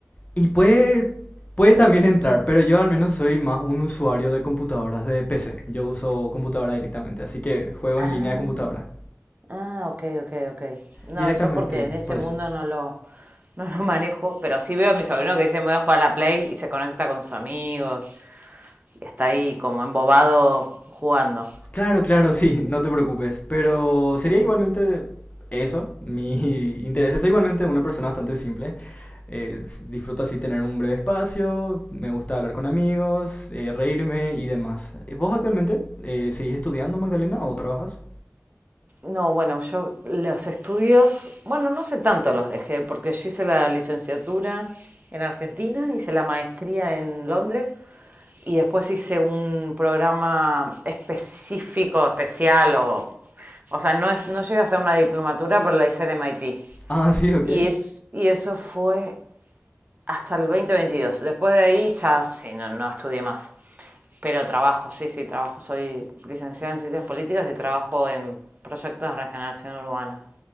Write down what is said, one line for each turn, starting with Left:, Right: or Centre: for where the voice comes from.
Left: Y puede, puede también entrar, pero yo al menos soy más un usuario de computadoras, de PC. Yo uso computadora directamente, así que juegos
Right: Ah,
Left: en línea de computadora.
Right: ah, ok, ok, ok. No,
Left: Directamente,
Right: yo porque en ese
Left: por
Right: mundo
Left: eso.
Right: no lo, no lo manejo, pero sí veo a mi sobrino que dice me voy a jugar a la Play y se conecta con sus amigos y está ahí como embobado jugando.
Left: Claro, claro, sí, <laughs> no te preocupes. Pero sería igualmente eso, mi <laughs> interés. Soy igualmente una persona bastante simple. Eh, s- disfruto así tener un breve espacio, me gusta hablar con amigos, eh, reírme y demás. Eh, ¿Vos actualmente eh, seguís estudiando, Magdalena, o trabajas?
Right: No, bueno, yo los estudios, bueno, no sé tanto los dejé, porque yo hice la licenciatura en Argentina, hice la maestría en Londres y después hice un programa específico, especial, o, o sea, no, es, no llegué a hacer una diplomatura, pero la hice en MIT.
Left: Ah, sí, ok.
Right: Y, es, y eso fue hasta el 2022. Después de ahí ya sí, no, no estudié más. Pero trabajo, sí, sí, trabajo. Soy licenciada en Ciencias Políticas y trabajo en proyectos de regeneración urbana.